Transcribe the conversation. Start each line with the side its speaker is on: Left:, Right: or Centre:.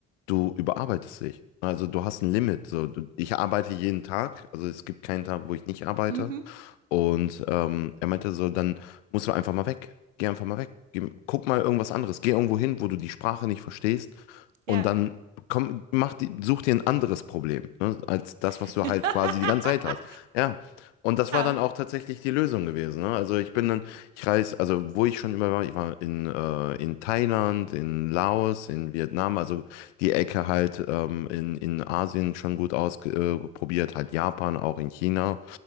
Left: du überarbeitest dich. Also du hast ein Limit. So, du, ich arbeite jeden Tag. Also es gibt keinen Tag, wo ich nicht arbeite.
Right: Mhm.
Left: Und ähm, er meinte so, dann musst du einfach mal weg. Geh einfach mal weg. Geh, guck mal irgendwas anderes. Geh irgendwo hin, wo du die Sprache nicht verstehst. Und
Right: Ja.
Left: dann komm, mach die, such dir ein anderes Problem, ne, als das,
Right: <laughs>
Left: was du halt quasi die ganze Zeit hast. Ja. Und das war dann
Right: Ja.
Left: auch tatsächlich die Lösung gewesen. Ne? Also ich bin dann ich reise, also wo ich schon immer war, ich war in, äh, in Thailand, in Laos, in Vietnam, also die Ecke halt ähm, in, in Asien schon gut ausprobiert, halt Japan, auch in China.